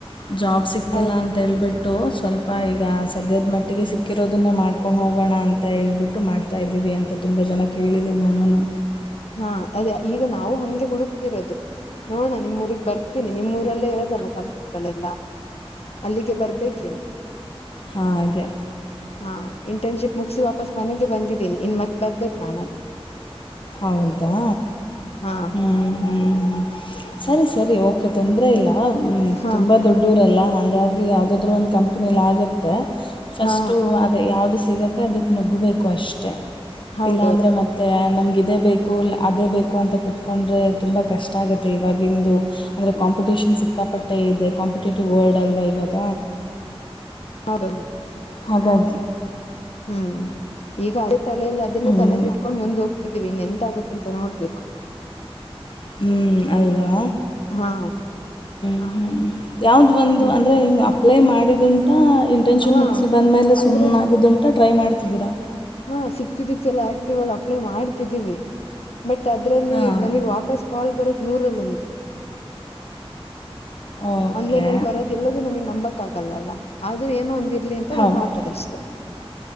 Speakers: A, on the left (about 55°); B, on the left (about 80°).
A: ಜಾಬ್ ಸಿಕ್ತಿಲ್ಲ
B: ಹೌದು
A: ಅಂತ ಅಂತೇಳ್ಬಿಟ್ಟು ಸ್ವಲ್ಪ ಈಗ ಸದ್ಯದ ಮಟ್ಟಿಗೆ ಸಿಕ್ಕಿರೋದನ್ನೇ ಮಾಡ್ಕೊಂಡು ಹೋಗೋಣ ಅಂತ ಹೇಳ್ಬಿಟ್ಟು ಮಾಡ್ತ ತ ಇದೀವಿ ಅಂತ ತುಂಬ ಜನ ಕೇಳಿದೆೀನಿ ನಾನುನು
B: ಹಾ ಅದೇ ಈಗ ನಾವು ಹಂಗೆ ಹುಡುಕ್ತಿರೋದು ನೋಡಣ ನಿಮ್ಮ್ ಊಗ್ ಬರ್ತೀನಿ ನಿಮ್ಮ್ೂಊರಲ್ಲೇ ಇರೋದಲ್ಲ ಕಂಪ್ನಿಗಳೆಲ್ಲಾ ಅಲ್ಲಿಗೆ ಬರ್ಬೇಕ
A: ಹಾಗೆ
B: <unintelligible> ಇಟನ್ಪ್ ಮುಪ ಮನೆಗೆ ಬಂದಿದ್ದಿನಿ ಇನ್ ಮತ್ ಬರ್ಬೇಕು ನನ್ ಅಲ್
A: ಹೌದಾ
B: ಹಾ
A: ಹ್ಞ ಹ್ಞೂ ಹ್ಞೂ ಸರಿ ಸರಿ
B: ಹ್ಮ್
A: ಓಕೆ ತೊಂದರೆ ಇಲ್ಲ
B: ಹಾ
A: ತುಂಬ ದೊಡ್ಡ ಡೂರಲ್ಲ ಹಾಗಿ ಯಾವದಾದ್ರು ಒಂದು ಕಂಪನಿಲ್ಲಿ ಆಗುತ್ತೆ ಫಸ್ಟ್
B: ಹಾ
A: ಯಾವ್ದು ಸಿಗುತ್ತೆ ಅದಕ್ ನುಗ್ಬೇಕು ಅಷ್ಟೆ
B: ಹೌದೌದು
A: ಇಲ್ಲ ಅಂದ್ರೆ ಮತ್ತೆ ನಮ್ಗೆ ಅದೇ ಬೇಕು ಅದೇ ಬೇಕು ಅಂತ ಕೂತ್ಕೊಂಡ್ರೆ ತುಂಬ ಕಷ್ಟ ಆಗುತ್ತೆ ಇವಾಗಿಂದು ಅಂದರೆ ಕಾಂಪಿಟೇಷನ್ ಸಿಕ್ಕಾಪಟ್ಟೆ ಇದೆ ಕಾಂಪಿಟೇಟಿವ್ ವರ್ಡ್ ಅಲ್ವಾ ಇವಾಗ
B: ಹೌದದು
A: ಹಾಗಾಗಿ
B: ಹ್ಮ್ ಈಗ ಅದೇ ತಲಲಿ ಅದನ್ನೇ
A: ಹ್ಞೂ
B: ತಲಲಿ ಇಟ್ಕೊಂಡ್ ಮುಂದ್ ಹೋಗ್ತಿದ್ದೀವಿ ಇನ್ ಎಂತ ಆಗತ್ತಂತ ನೋಡ್ಬೇಕು
A: ಹ್ಞ ಅಲ್ವಾ
B: ಹಾ
A: ಹ ಯಾವು್ದು ಒಂದು
B: ಹ್ಮ್
A: ಅಂದರೆ ಅಪ್ಲೈ ಮಾಡಿದುಂಟ ಇಂಟರ್ನ್ಶಿಪ್
B: ಹಾ
A: ಮುಗಿಸಿ ಬಂದಮೇಲೆ
B: ಅಂದ್ರೆ
A: ಸುಮ್ಮಾಗದುಂಟು ಟ್ರೈ ಮಾಡ್ತಿದ್ದೀರಾ
B: ಹಾ ಸಿಕ್ಕಿದಕ್ಕೆಲ್ಲ ಆಕ್ಟಿವ್ ಆ ಅಪ್ಲೈ ಮಾಡ್ತಿದೀವಿ ಬಟ್ ಅದ್ರಲ್ಲಿ
A: ಹಾಂ
B: ನಮಗ್ ವಾಪಸ್ ಕಾಲ್ ಬರೋ ನೂರಲ್ಲ ಅಂತು
A: ಓಕೆ
B: ಆನ್ಲೈನ್ ಅಲ್ಲಿ ಬರೋದ ಎಲ್ಲದ ನಮಗ್ ನಂಬಕ್ ಆಗಲ್ಲಲ್ಲ ಆದ್ರೂ ಏನೋ ಒಂದ್ ಇರ್ಲಿ ಅಂತ
A: ಹೌದು
B: ಒಂದ್ಾಕದಷ್ಟೇ